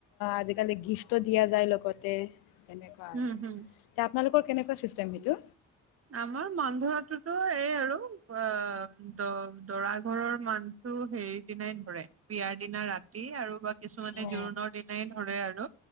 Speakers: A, on the left (about 80°); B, on the right (about 45°).
A: আজিকালি গিফ্টটো দিয়া যায় লগতে। তেনেকুৱা
B: হুম
A: আৰু
B: হুম
A: তে আপোনালোক- লোকৰ কেনেকুৱা চিষ্টেম সেইটো।
B: আমাৰ মান ধৰাতোতো এই আৰু অ- দ দৰা ঘৰৰ মানটো হেৰীদিনাই ধৰে বিয়াৰ। দিনা ৰাতি আৰু বা কিছুমানে
A: অঁ
B: জোৰোণৰ দিনাই ধৰে আৰু